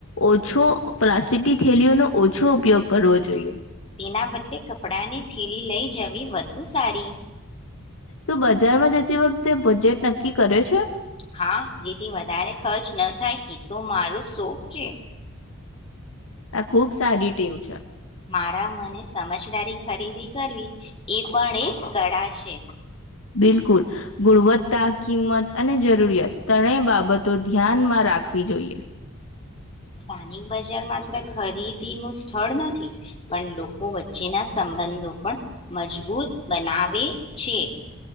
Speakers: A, on the left; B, on the left.
A: ઓછો પ્લાસ્ટિકની થેલીઓની ઓછો ઉપયોગ કરવો જોઈએ.
B: ના બદલે કપડા ની થેલી લઈ જવી વધુ સારી
A: તું બજારમાં જતી વખતે બજેટ નક્કી કરે છે?
B: હા જેથી વધારે ખર્ચ ન થાય એતો મારો શોખ છે.
A: આ ખુબ સારી ટેવ છે.
B: મારા મને સમજદારી ખરીદી કરવી એ પણ એક કળા છે.
A: બિલકુલ. સ્વસ્થ તા કિંમત અને જરૂરિયાત ત્રણેય બાબતો ધ્યાનમાં રાખવી જોઈએ.
B: સ્થાનિક બજાર માત્ર ખરીદીનું સ્થળ નથી પણ લોકો વચ્ચેના સંબંધો પણ મજબૂત બનાવે છે.